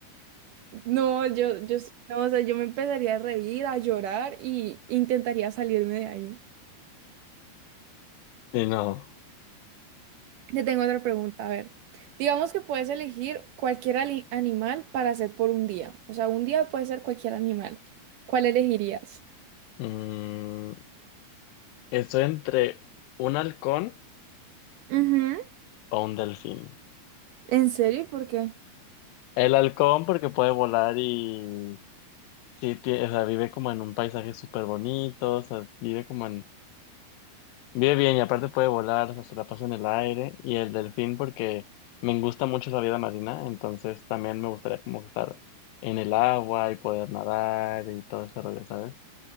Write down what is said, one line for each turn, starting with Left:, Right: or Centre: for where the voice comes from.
Right: No, yo, yo, no, o sea, yo me empezaría a reír, a llorar y intentaría salirme de ahí.
Left: Ay, no. Y no.
Right: Te tengo otra pregunta, a ver. Digamos que puedes elegir cualquier ali- animal para hacer por un día. O sea, un día puede ser cualquier animal. ¿Cuál elegirías?
Left: Mm, Estoy entre un halcón
Right: Ujú.
Left: o un delfín.
Right: ¿En serio? ¿Y ¿Por qué?
Left: El halcón porque puede volar y sí, tie- o sea, vive como en un paisaje súper bonito, o sea, vive como en, vive bien y aparte puede volar, o sea, se la pasa en el aire. Y el delfín porque me gusta mucho la vida marina, entonces también me gustaría como estar en el agua y poder nadar y todo ese rollo, ¿sabes?